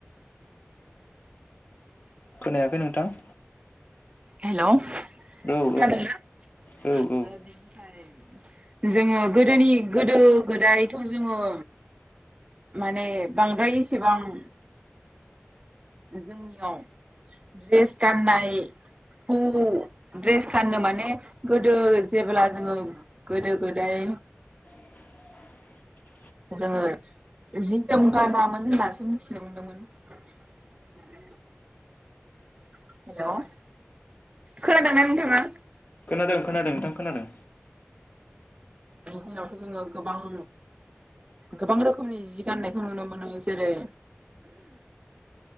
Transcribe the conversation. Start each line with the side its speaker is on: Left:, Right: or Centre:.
Left: खोनायाखै नोंथां।
Right: हेल' खोनादोंना?
Left: औ औ औ
Right: आरो जोङो गोदोनि गोदो गोदायथ' जोङो माने बांद्राय एसेबां जोंनियाव द्रेस गाननाय खौ द्रेस गाननो माने गोदो जेब्ला जोङो गोदो गोदाय
Left: <inaudible>
Right: जोङो जि जोम गानामोन होननानैसो मिथिनो मोनदोंमोन। <unintelligible> हेल' खोनादोंना नोंथाङा?
Left: खोनादों खोनादों नोंथां खोनादों।
Right: बेनि दिनावथ' जोङो गोबां गोबां रोखोमनि जि गान्नायखौ नुनो मोनो जेरै